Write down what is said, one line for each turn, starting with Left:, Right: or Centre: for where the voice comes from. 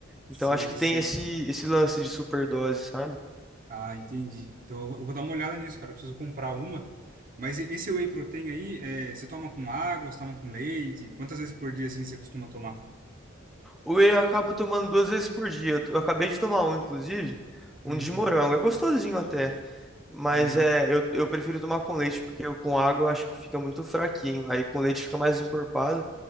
Right: Sei,
Centre: Então acho que tem
Right: sei.
Centre: esse esse lance de superdose, sabe?
Right: Ah, entendi. Então eu vou eu vou dar uma olhada nisso, cara. Eu preciso comprar uma. Mas e- esse whey protein aí, eh, você toma com água, você toma com leite? Quantas vezes por dia assim você costuma tomar?
Centre: Whey eu acabo tomando duas vezes por dia. Eu acabei de tomar um, inclusive, um
Right: Uhum.
Centre: de morango. É gostosinho até, mas
Right: Aham.
Centre: é, eu, eu prefiro tomar com leite, porque eu, com água eu acho que fica muito fraquinho. Aí com leite fica mais encorpado,